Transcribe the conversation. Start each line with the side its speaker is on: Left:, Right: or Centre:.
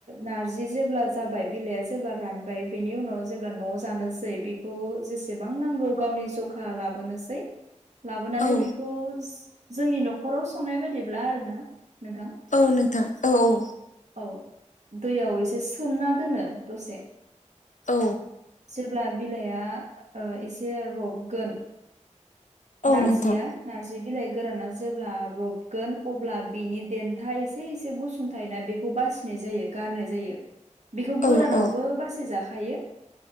Right: नारजि जेब्ला जाबाय बिलाइआ जेब्ला रानबाय बेनि उनाव जेब्ला न'आव जानोसै बेखौ जेसेबां नांगौ गावनि जखा लाबोनोसै। लाबोनानै
Left: औ
Right: बिखौ जोंनि न'खराव संनाय बायदिब्ला आरोना नोंथां।
Left: औ नोंथां औ औ।
Right: औ दैयाव एसे सोमना दोनो दसे
Left: औ।
Right: जेब्ला बिलाया ओ एसे रबगोन
Left: औ
Right: नारजिया
Left: नोंथां
Right: नारजि बिलाइ गोराना जेब्ला रबगोन अब्ला बिनि देन्था एसे एसे गुसु सुं थायोना बेखौ बासिनाय जायो गारनाय जायो। बेखौ गोरानावबो
Left: औ औ
Right: बासि जाखायो